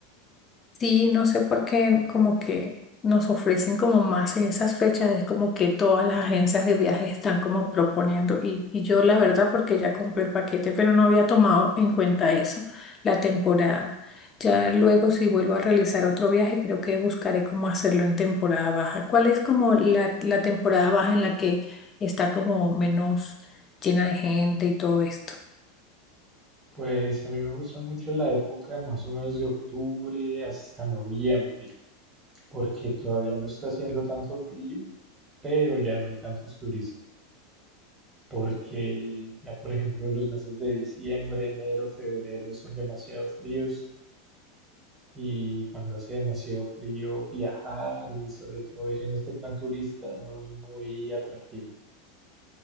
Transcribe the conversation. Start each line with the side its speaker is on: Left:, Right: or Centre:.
Left: Sí, no sé por qué como que nos ofrecen como más en esas fechas, es como que todas las agencias de viajes están como proponiendo y, y yo la verdad porque ya compré el paquete, pero no había tomado en cuenta eso, la temporada. Ya luego si vuelvo a realizar otro viaje, creo que buscaré cómo hacerlo en temporada baja. ¿Cuál es como la, la temporada baja en la que está como menos llena de gente y todo esto?
Right: Pues a mí me gusta mucho la época más o menos de octubre hasta noviembre, porque todavía no está haciendo tanto frío, pero ya no hay tantos turistas, porque ya por ejemplo los meses de diciembre, enero, febrero son demasiado fríos Y cuando hace demasiado frío, viajar y sobre todo ir en este plan turista no es muy atractivo.